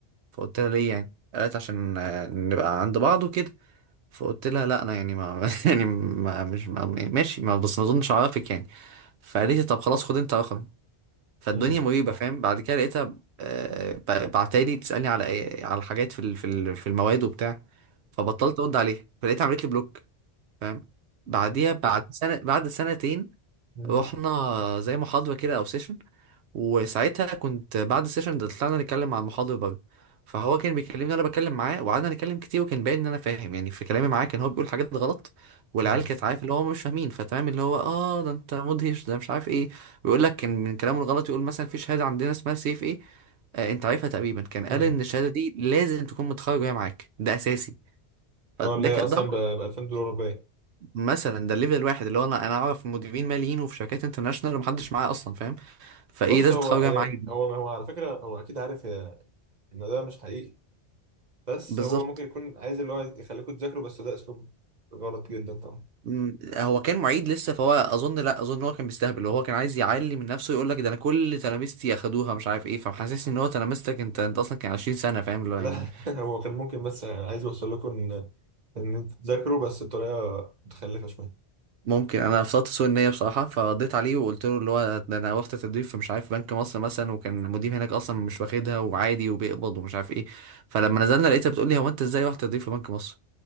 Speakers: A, on the right; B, on the right.
A: فقلت لها ليه يعني قالت عشان آه، نبقى عند بعض وكده فقلت لها لا انا يعني ما <laughs> يعني ما مش ما ماشي ما بس ما اظنش اعرفك يعني فقالت لي طب خلاص خد انت رقمي فالدنيا
B: امم
A: مريبه فاهم بعد كده لقيتها آه، ب- بعتالي تسالني على أي- على حاجات في ال- في ال- في المواد وبتاع فبطلت ارد عليها فلقيتها عملت لي بلوك فاهم بعديها بعد سنه بعد سنتين
B: امم
A: رحنا
B: <laughs>
A: زي محاضره كده او سيشن وساعتها كنت بعد السيشن ده طلعنا نتكلم مع المحاضر بره فهو كان بيكلمني انا بتكلم معاه وقعدنا نتكلم كتير وكان باين ان انا فاهم يعني في كلامي معاه كان هو بيقول حاجات غلط والعيال
B: مم.
A: كانت عارف اللي هو هم مش فاهمين فتمام اللي هو اه ده انت مدهش ده مش عارف ايه ويقول لك كان من كلامه الغلط يقول مثلا في شهاده عندنا اسمها سيف ايه آه انت عارفها تقريبا كان قال
B: مم.
A: ان الشهاده دي لازم تكون متخرج وهي معاك ده اساسي فده
B: هو اللي هي
A: ك-
B: اصلا
A: ده
B: ب 2000 دولار باين
A: مثلا ده الليفل الواحد اللي هو انا انا اعرف مديرين ماليين وفي شركات انترناشونال ومحدش معايا اصلا فاهم فايه
B: بص
A: لازم
B: هو
A: تتخرج وهي معاك
B: هو هو على فكره هو اكيد عارف هي- ان ده مش حقيقي بس
A: بالظبط
B: هو ممكن يكون عايز اللي هو يخليكم تذاكروا بس ده اسلوب غلط جدا طبعا
A: مم، هو كان معيد لسه فهو اظن لا اظن هو كان بيستهبل هو كان عايز يعلي من نفسه يقول لك ده انا كل تلامذتي اخدوها مش عارف ايه فمحسسني ان هو تلامذتك انت انت اصلا كان 20 سنه فاهم اللي هو
B: لا
A: يعني
B: <laughs> هو كان ممكن بس عايز يوصل لكم ان ان انتوا تذاكروا بس بطريقه متخلفه شويه
A: ممكن انا فصلت سوء النيه بصراحه فقضيت عليه وقلت له اللي هو ده انا واخد تدريب في مش عارف بنك مصر مثلا وكان المدير هناك اصلا مش واخدها وعادي وبيقبض ومش عارف ايه فلما نزلنا لقيتها بتقول لي هو انت ازاي واخد تدريب في بنك مصر